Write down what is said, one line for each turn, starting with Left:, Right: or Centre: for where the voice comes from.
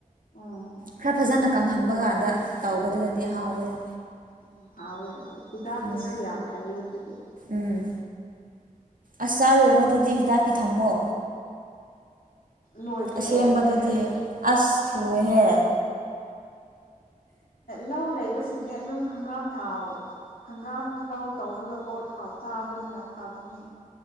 Left: ꯎꯝ
Right: ꯈꯔ ꯐꯖꯅ ꯀꯪꯍꯟꯕ ꯀꯥꯟꯗ ꯇꯧꯕꯗꯨꯅꯗꯤ ꯑꯍꯥꯎꯕꯅꯤ
Left: ꯎꯝ ꯍꯥꯎꯋꯦ ꯑꯗꯨ ꯍꯤꯗꯥꯛꯀꯤꯁꯨ
Right: ꯎꯝ
Left: ꯌꯥꯝ ꯐꯩꯌꯦ ꯑꯗꯨꯗꯤ
Right: ꯎꯝ ꯑꯁ ꯆꯥꯔꯨꯔꯅ ꯑꯗꯨꯗꯤ ꯍꯤꯗꯥꯛꯀꯤ ꯊꯝꯃꯣ
Left: ꯂꯣꯏꯈ꯭ꯔꯦ
Right: ꯑꯁꯦꯡꯕꯗꯨꯗꯤ ꯑꯁ ꯊꯨꯑꯍꯦ
Left: ꯂꯧ ꯂꯩꯕꯁꯤꯗꯤ ꯑꯗꯨꯝ ꯍꯪꯒꯥꯝ ꯊꯥꯎ ꯍꯪꯒꯥꯝ ꯂꯧ ꯇꯧꯔꯒꯀꯣ ꯊꯥꯎ ꯆꯥꯕꯗꯨꯅ ꯐꯕꯅꯦ